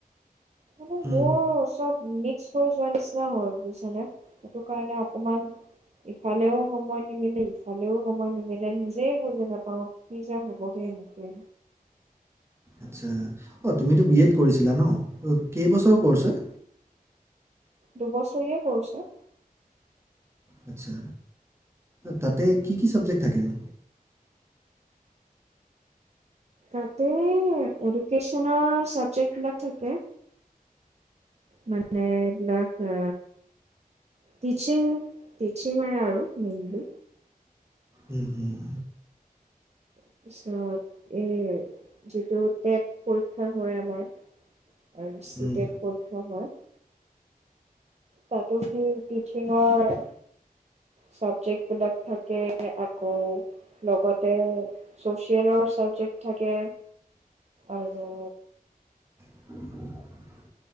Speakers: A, on the right; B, on the right.
A: মানে
B: হুম
A: মোৰ চব মিক্স হৈ যোৱা নিচিনা হল বুইছানে সেইটো কাৰণে অকমান ইফালেও সময় নিমিলে ইফালেও সময় নিমিলে নিজেই বুজি নাপাওঁ কি যে হবগে এনেকে
B: আচ্ছা অঁ তুমিতো বি এড কৰিছিলা ন কেইবছৰৰ ক'ৰ্ছ হয়
A: দুবছৰীয়া কৰ্চ হয়
B: আচ্ছা তাতে কি কি চাবজেক্ট থাকেনো
A: তাতে এডুকেশ্বনৰ চাবজেক্ট বিলাক থাকে মানে এইবিলাক আ টিচিং টিচিঙৰে আৰু মেইনলি
B: উম হুম
A: তাৰ পিছত এই যিটো টেট পৰীক্ষা হয় আমাৰ আৰু চি
B: হুম
A: টেট পৰীক্ষাও হয় তাতো সেই টিচিঙৰ চাবজেক্ট বিলাক থাকে আকৌ লগতে ছ'চিয়েলৰ ছাবজেক্ট থাকে আৰু
B: <inaudible>